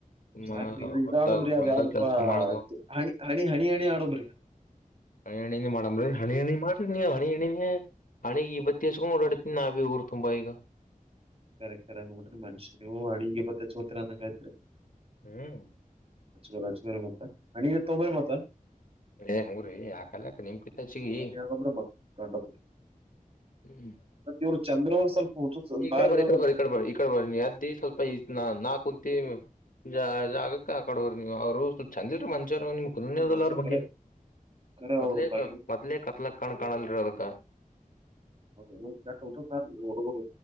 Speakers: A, on the left; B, on the right.
A: ಸುಮ್ಮ
B: ಸಾಕ್ರಿ ಇದು ಇದದು
A: ಹೊಲ್ದಾಗ
B: ಆಡಂಬ್ರಿ ಅದು
A: ಹೊಲ್ದಾಗ
B: ಯಾವುಪ್ಪ
A: ಕೆಲ್ಸ ಮಾಡ್ದ
B: ಹಣಿ ಹಣಿ ಹಣಿ ಹಣಿ ಆಡಂಬ್ರಿ.
A: ಹಣಿಣಿನ ಮಾಡ್ರಿ ಹಣಿ ಮಾಡ್ರಿ ನೀವು ಹಣಿ ಹಣಿಮೆ ಹಣಿಗೇ ವಿಭೂತಿ ಹಚ್ಚಿಕೊಂಡು ಓಡಾಡ್ತಿನಿ ನಾವಿ ಊರು ತುಂಬ ಈಗ.
B: ಕರೆ ಖರೆ ನೋಡ್ರಿ ಮನ್ಷ್ಯವು ಅಡಿಗ್ ಇಪ್ಪತ್ತಚ್ಚ ಹತ್ತರ ಅಂದಂಗಾಯತ್ರಿ.
A: ಹ್ಮ್
B: <unintelligible>
A: <unintelligible>
B: ತೊಗೊಂಬ್ರಿ ಮತ್ತ <unintelligible>
A: <inaudible>
B: ಇವರು ಚಂದ್ರು ಅವ್ರು ಸ್ವಲ್ಪ. ಹುಚ್ಚು
A: ನೀ ಈ
B: ಬಾಳ
A: ಕಡ ಬರಿ
B: ಇದಾವ್ರಿ
A: ಇಕಡ ಬರಿ ಇಕಡ ಬರಿ ಇ ಕಡ ಬರಿ ನೀ ಅದ್ದಿ ಸ್ವಲ್ಪ ಈ ನಾ ನಾ ಕುಂತಿ ಜ ಜಾಗಕ್ಕ ಆಕಡ ಹೊರ್ ನೀವು ಅವರ್ ಸು ಚಂದ ಇಲ್ರಿ ಮನಸೇರ್ ಅವನ್ ನಿಮುಗ್ ಕುನನೆ ಅದಲ
B: ಮನುಷ್ಯ
A: ಅವ್ರ ಬಗ್ಗೆ
B: ಕರೆ ಕರೆ
A: ಮೊದ್ಲೇ
B: ಅವ್ರ ಬಗ್ಗೆ
A: ಕ ಮೊದ್ಲೇ ಕತ್ಲಕ್ಕ. ಕಣ್ಣ್ ಕಾಣನ್ರಿ ಅದಕ್ಕ.
B: ಹೌದೆನು ಕೆಟ್ <unintelligible> ಆದ್ರಿ ಈ ಹುಡುಗುರು